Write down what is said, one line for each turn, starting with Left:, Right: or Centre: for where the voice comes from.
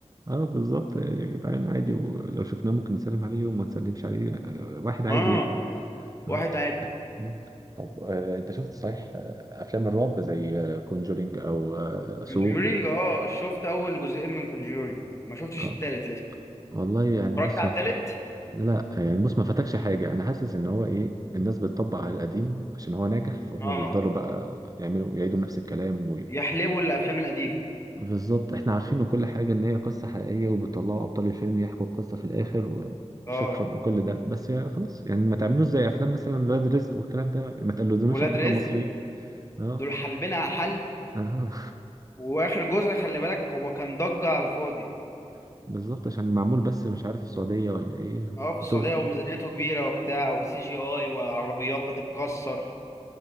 Right: اه بالظبط يا يا جدعان عادي ولو شفناه ممكن نسلم عليه وما نسلمش عليه آه، واحد عادي
Left: اه
Right: يعني
Left: واحد
Right: آه.
Left: عادي
Right: مم. طب آه، انت شفت صحيح آه، افلام الرعب زي كونجورينج او سو
Left: كونجورينج اه شفت أول جزئين من كونجورينج ما شفتش
Right: اه
Left: التالت لسه
Right: والله يعني
Left: اتفرجت
Right: بص
Left: على
Right: ما
Left: التالت
Right: ف... لا يعني بص ما فاتكش حاجة أنا حاسس إن هو إيه الناس بتطبق على القديم عشان هو ناجح فهم
Left: اه
Right: بيفضلوا بقى يعملوا يعيدوا نفس الكلام
Left: يحلبوا الأفلام القديمة
Right: بالظبط احنا عارفين وكل حاجة ان هي قصة حقيقية وبيطلعوا ابطال الفيلم يحكوا القصة في الاخر وشكرا
Left: اه
Right: وكل ده بس يا خلاص يعني ما تعملوش زي افلام مثلا ولاد رزق والكلام ده يعني ما تقلدوناش
Left: ولاد
Right: احنا
Left: رزق
Right: كمصريين اه
Left: دول حلبينها حلب
Right: اه
Left: وآخر جزء خلي بالك هو كان ضجة على الفاضي
Right: <laughs> بالظبط عشان معمول بس مش عارف السعودية ولا ايه
Left: اه في
Right: وطرقه
Left: السعودية وميزانيته كبيرة وبتاع وسي جي اي وعربيات بتتكسر